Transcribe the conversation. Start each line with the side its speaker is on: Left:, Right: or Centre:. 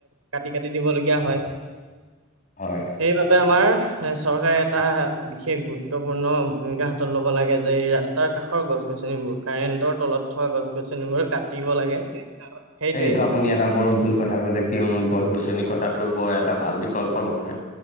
Right: কাটি কাটি দিবলগীয়া হয়।
Left: হয়
Right: সেইবাবে আমাৰ। চৰকাৰে এটা বিশেষ গুৰুত্বপূৰ্ণ ভূমিকা হাতত ল'ব লাগে যে এই ৰাস্তাৰ কাষৰ গছ গছ। গছনিবোৰ কাৰেণ্টৰ তলত থকা গছ গছনিবোৰ কাটিব লাগে। সেইটোৱেই
Left: এই এইটো আপুনি এটা বৰ ভুল কথা কলে কিয়নো গছ গছ। গছনি কতাটো বৰ এটা ভাল বিকল্প নহয়